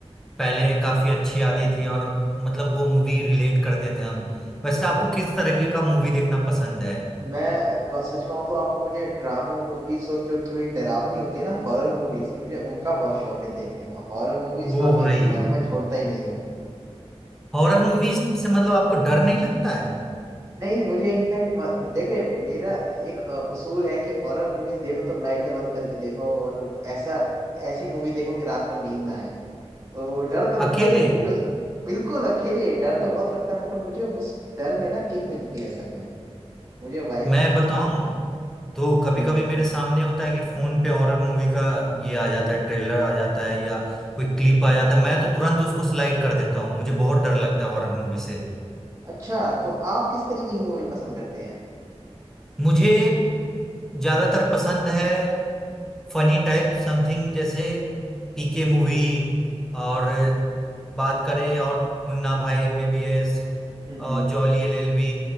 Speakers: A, in the centre; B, on the right.
A: पहले काफी अच्छी आती थी और मतलब वो मूवी रिलेट करते थे हम वैसे आपको किस तरीके का मूवी देखना पसंद है
B: मैं क- सच कहूँ तो आपको मुझे ड्रामा मूवीज और जो थोड़ी डरावनी होती है ना हॉरर मूवीज मुझे उनका बहुत शौक है देखने का हॉरर मूवीज तो
A: ओ
B: आप यकीन
A: भाई
B: मानिए मैं छोड़ता ही नहीं हूँ
A: हॉरर मूवी से मतलब आपको डर नहीं लगता है
B: नहीं मुझे इनफैक्ट देखे मेरा एक अ, उसूल है कि हॉरर मूवीज देखो तो लाइटें बंद करके देखो और ऐसा ऐसी मूवी देखो कि रात भर नींद ना आए तो डर तो लगता
A: अकेले
B: है लेकिन मुझे उस- बिल्कुल अकेले डर तो बहुत लगता है मगर मुझे उस डर में ना किक मिलती है असल में मुझे वाइब
A: मैं
B: आती
A: बताऊं
B: है उसकी
A: तो कभी
B: जी
A: कभी
B: जी
A: मेरे सामने होता है कि फोन पे हॉरर मूवी का ये आ जाता है ट्रेलर आ जाता है या कोई क्लिप आ जाता है मैं तो तुरंत उसको स्लाइड कर देता हूँ मुझे बहुत डर लगता है हॉरर मूवी से
B: अच्छा तो आप किस तरीके की मूवी पसंद करते हैं
A: मुझे ज्यादातर पसंद है फनी टाइप समथिंग जैसे पीके मूवी और बात करें और मुन्ना भाई एमबीबीएस
B: हम्म
A: और
B: हम्म।
A: जॉली एलएलबी